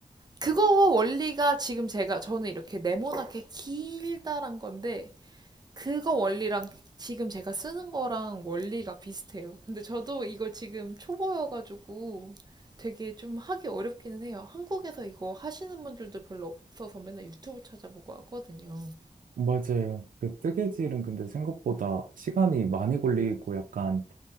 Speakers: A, on the right; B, on the right.
A: 그거 원리가 지금 제가, 저는 이렇게 네모나게 길다란 건데, 그거 원리랑 지금 제가 쓰는 거랑 원리가 비슷해요. 근데 저도 이거 지금 초보여가지고 되게 좀 하기 어렵기는 해요. 한국에서 이거 하시는 분들도 별로 없어서 맨날 유튜브 찾아보고 하거든요.
B: 맞아요. 그 뜨개질은 근데 생각보다 시간이 많이 걸리고 약간